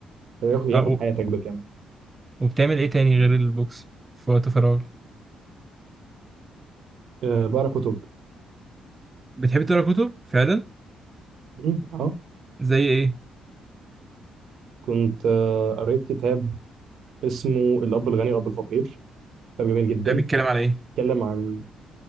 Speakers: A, on the right (about 65°); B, on the right (about 20°).
A: ياخد ياخد
B: دي
A: حياتك بالكامل
B: وبتعمل ايه تاني غير البوكس في وقت فراغ
A: أه بقرا كتب
B: بتحب تقرا كتب فعلا
A: مم، اه
B: زي ايه
A: كنت آه، قريت كتاب اسمه الأب الغني والأب الفقير كتاب جميل جدا
B: يعني بيتكلم على ايه
A: اتكلم عن